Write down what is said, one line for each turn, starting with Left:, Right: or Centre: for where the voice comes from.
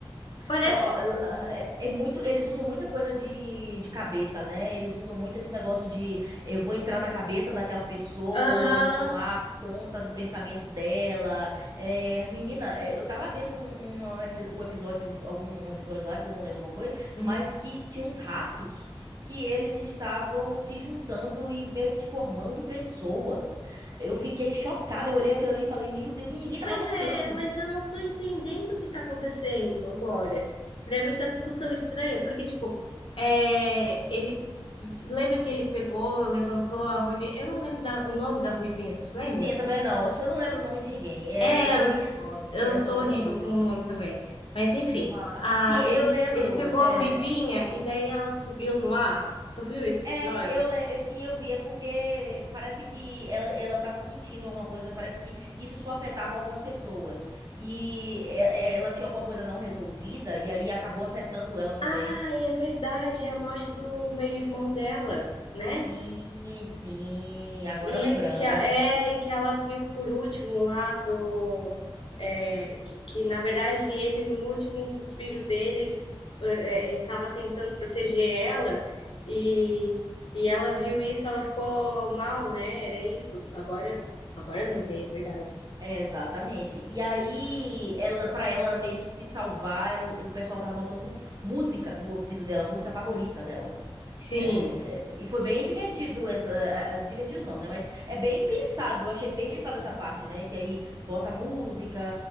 Left: parece.
Right: Ó, ó, ó, É, é muito, eles usam muita coisa de, de cabeça, né? Eles usam muito esse negócio de eu vou entrar na cabeça daquela pessoa
Left: Aham.
Right: e tomar conta do pensamento dela. É, menina, é, eu tava vendo um, um, um epi- o episódio, algum um episódio lá que eu não lembro qual foi,
Left: uhum.
Right: mas que tinha uns ratos que eles estavam se juntando e meio que formando pessoas. Eu fiquei chocada, eu olhei aquilo ali e falei, meu Deus, e ninguém tava
Left: Pois
Right: notando.
Left: é, mas eu não tô entendendo o que tá acontecendo agora. Pra mim tá tudo tão estranho, porque, tipo, é, ele. Lembra que ele pegou, levantou a Ruivinha? Eu não lembro da- o nome da Ruivinha, tu se lembra?
Right: Sim, eu também não. Eu só não lembro o nome de ninguém. É,
Left: É,
Right: eu sou ruim de nome.
Left: Eu
Right: Eu
Left: sou
Right: sou
Left: horrível
Right: hor- horrível
Left: com
Right: de nome.
Left: o nome também. Mas enfim,
Right: Ah,
Left: a,
Right: Sim,
Left: ele,
Right: eu lembro.
Left: ele pegou
Right: É,
Left: a Ruivinha e daí ela subiu no ar. Tu viu esse episódio?
Right: é, eu, le- é, sim, eu vi. É porque parece que ela, ela tava sentindo alguma coisa. Parece que isso só afetava algumas pessoas. E é, é, ela tinha alguma coisa não resolvida. E aí acabou afetando ela também.
Left: Ah, é verdade, é a morte do meio-irmão dela, né?
Right: Sim, sim. Agora
Left: E
Right: lembramos.
Left: que, a- é, e que ela viu por último lá do. é, que, que, na verdade ele, no último suspiro dele, ele estava tentando proteger ela e, e ela viu isso, ela ficou mal, né? Era isso. Agora, agora eu lembrei, é verdade.
Right: É, exatamente. E aí, ela, para ela meio que se salvar, ela- o pessoal tava botando música no ouvido dela, música favorita dela.
Left: Sim,
Right: É, e foi bem divertido essa, é, é, divertido não, né? Mas é bem pensado. Eu achei bem pensado essa parte, né? Que aí bota música